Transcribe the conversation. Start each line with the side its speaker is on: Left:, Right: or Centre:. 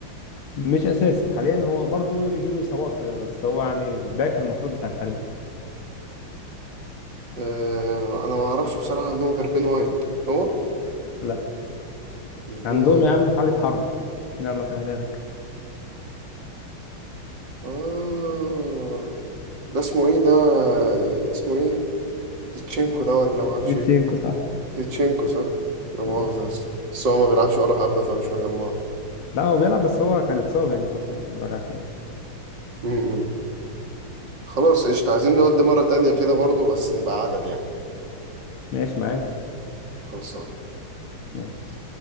Left: مش اساسي حاليا هو برضو بيجي له اصابات كده بس هو يعني الباك المفروض بتاع الفريق
Right: آه انا ما اعرفش بصراحه عندهم غير بين وايت هو
Left: لا
Right: مش بين
Left: عندهم
Right: وايت
Left: يا عم حالة حرب يلا سهلها لك
Right: اه ده اسمه ايه ده اسمه ايه زيتشينكو ده ولا ما اعرفش
Left: ليتشينكو
Right: ايه
Left: صح
Right: زيتشينكو صح لا مؤاخذه
Left: آه.
Right: يا اسطى بس هو ما بيلعبش ولا حبه فمش مجمعه
Left: لا هو بيلعب بس هو كان اتصاب يعني فترة يعني ورجع تاني
Right: م- م. خلاص قشطة عايزين نودي مرة تانية كده برضو بس نبقى عدد يعني
Left: ماشي معاك
Right: خلصان
Left: ماشي